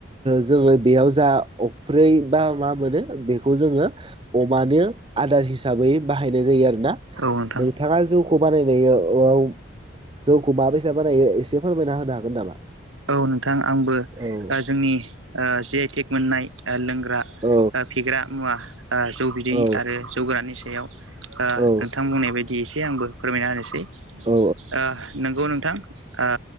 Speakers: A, on the right; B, on the right.
A: जोङो बेयाव जा अफ्रै बा मा मोनो बेखौ जोङो अमानो आदार हिसाबै बाहायनाय जायो आरो
B: नोंथां
A: नोंथाङा जौ खौ बानायनायाव औ जौखौ माबैसा बानायो एसे फोरमायना होनो हागोन नामा?
B: औ नोंथां आंबो
A: औ
B: ओ जोंनि ओ जि आइ टेक मोननाय ओ लों ग्रा
A: औ
B: ओ फेग्रा मुवा ओ जौ बिदै
A: औ
B: आरो जौ गोराननि सायाव ओ
A: औ
B: नोंथां बुंनाय बायदि एसे आंबो फोरमायना होनोसै।
A: औ
B: ओ नोंगौ नों थां ओ